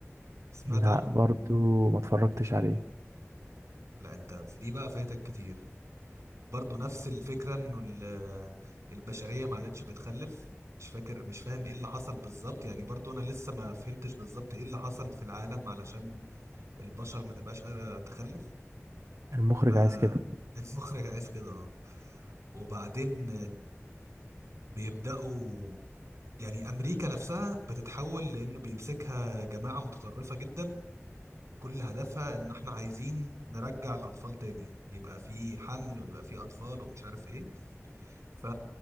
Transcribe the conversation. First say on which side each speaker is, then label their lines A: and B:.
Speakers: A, on the right; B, on the right.
A: سمعت
B: لا
A: عنه؟
B: برضو ما اتفرجتش عليه
A: لا انت في دي بقى فايتك كتير برضو نفس الفكرة انه ال- البشرية ما عادتش بتخلف مش فاكر مش فاهم ايه اللي حصل بالظبط يعني برضو انا لسه ما فهمتش بالظبط ايه اللي حصل في العالم علشان البشر ما تبقاش قادرة تخلف
B: المخرج
A: فالمخرج
B: عايز كده
A: <laughs> عايز كده اه وبعدين بيبداوا يعني امريكا نفسها بتتحول لانه بيمسكها جماعه متطرفه جدا كل هدفها ان احنا عايزين نرجع الاطفال تاني يبقى في حمل ويبقى في اطفال ومش عارف ايه ف